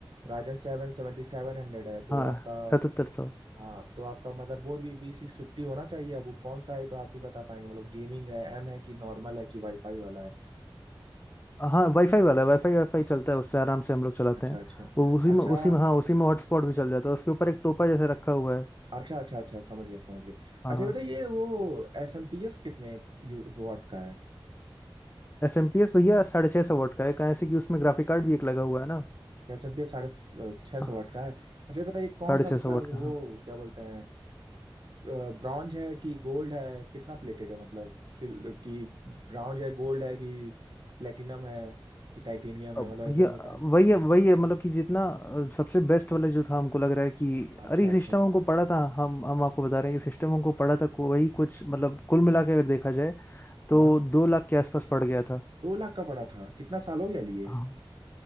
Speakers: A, on the right; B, on the left.
A: Ryzen seven seventy seven hundred है तो
B: हाँ
A: आपका
B: सतहत्तर सौ
A: हाँ तो आपका मदरबोर्ड भी बी सिक्स फिफ्टी होना चाहिए अब वो कौन सा है तो आप भी बता पाएंगे मतलब गेमिंग है एम है कि नॉर्मल है कि वाईफाई वाला है
B: हाँ वाईफाई वाला है वाईफाई वाईफाई चलता है उससे आराम से हम लोग चलाते
A: अच्छा
B: हैं
A: अच्छा
B: वो उसी में
A: अच्छा
B: उसी में हाँ उसी में हॉटस्पॉट भी चल जाता है उसके ऊपर एक टोपा जैसे रखा हुआ है
A: अच्छा अच्छा अच्छा समझ गए समझ गए
B: हाँ
A: अच्छा बताइए ये बताइए वो एस एम पी एस कितने वाट का है
B: एस एम पी एस भैया साढ़े छः सौ वाट का है कहाँ ऐसे कि उसमें ग्राफिक कार्ड भी एक लगा हुआ है ना
A: एस एम पी एस साढ़े छः सौ
B: हाँ,
A: वाट का है अच्छा ये बताइए कौन
B: साढ़े छः
A: सा मतलब
B: सौ वाट का हाँ
A: वो क्या बोलते हैं ब्रॉन्ज है कि गोल्ड है कितना प्लेटेड है मतलब सिल कि ब्रॉन्ज है गोल्ड है कि प्लेटिनम है कि टाइटेनियम
B: अब
A: है मतलब ऐसे
B: भैया
A: होता है
B: वही है वही है मतलब कि जितना अ, सबसे बेस्ट वाला जो था हमको लग रहा है कि
A: अच्छा
B: अरे
A: अच्छा
B: सिस्टम हमको पड़ा था हम हम आपको बता रहे हैं कि सिस्टम हमको पड़ा था को- वही कुछ मतलब कुल मिला के अगर देखा जाए तो
A: हाँ
B: दो लाख के आसपास पड़ गया था
A: दो लाख का पड़ा था कितना साल हो गया लिए
B: हाँ।